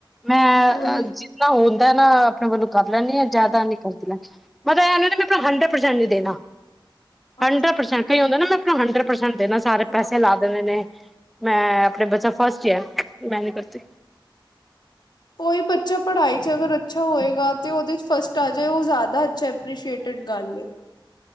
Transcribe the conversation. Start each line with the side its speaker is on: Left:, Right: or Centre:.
Centre: ਮੈਂ
Left: ਉਹੀ
Centre: ਜਿੰਨਾ ਹੁੰਦਾ ਨਾ ਆਪਣੇ ਵੱਲੋਂ ਕਰ ਲੈਂਦੀ ਹਾਂ ਜ਼ਿਆਦਾ
Left: ਹਮ
Centre: ਨਹੀਂ ਕਰਦੀ ਮੈ ਮਤਲਬ ਏਹ ਹੇਹੰਡਰਡ ਪਰਸੈਂਟ ਨ ਦੇਣਾ
Left: ਅੱਛਾ
Centre: ਹੰਡਰਡ
Left: ਅੱਛਾ
Centre: ਪਰਸੈਂਟ ਨਹੀਂ ਹੁੰਦਾ ਨਾ ਮੈਂ ਹੰਡਰਡ ਪਰਸੈਂਟ ਨਾ ਸਾਰੇ ਪੈਸੇ
Left: ਹਾਂ ਹਾਂ
Centre: ਲਾ ਦੇਿੰਦੇ ਨੇ ਮੈਂ ਆਪਣੇ ਪੁਛਾ ਫਸਟ ਈਅਰ ਮੈਂ ਨਹੀਂ ਪੜਦੀ
Left: ਕੋਈ ਬੱਚਾ ਪੜ੍ਹਾਈ ਜੇ ਅਗਰ ਅੱਛਾ ਹੋਏਗਾ ਤੇ ਉਹਦੇ ਚ ਫਸਟ ਅਜੇ ਉਹ ਜ਼ਦਾ <inaudible> ਮਚ ਐਪ੍ਰਸ਼ੀਏਟਡ ਗੱਲ ਐ